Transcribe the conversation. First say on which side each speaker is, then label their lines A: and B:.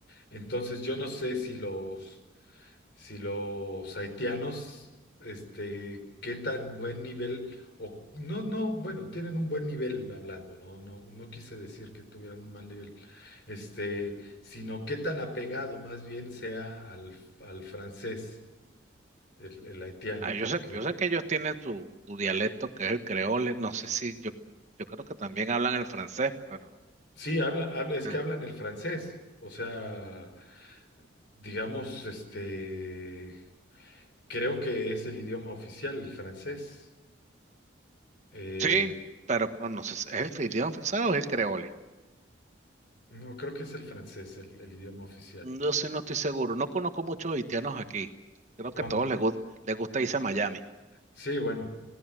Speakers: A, on the left (about 60°); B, on the right (about 35°).
A: entonces yo no sé si los si los haitianos, este, qué tan buen nivel, o no, no, bueno, tienen un buen nivel hablando, no, no, no quise decir que tuvieran un mal nivel, este, sino qué tan apegado más bien sea al, al francés, el, el haitiano,
B: Ah, yo
A: porque
B: sé, yo sé que ellos tienen su, su dialecto que es el creole, no sé si yo, yo creo que también hablan el francés, pero
A: sí, habla, habla- es
B: Ah,
A: que hablan el francés, o sea, digamos, este, creo que es el idioma oficial, el francés. Eh,
B: sí, pero bueno, no sé, si ¿es el idioma francés o es el creole?
A: no, creo que es el francés el el idioma oficial.
B: Yo sí no estoy seguro, no conozco muchos haitianos aquí, creo que
A: Am-
B: a todos les gusta, les gusta irse a Miami,
A: Sí, bueno,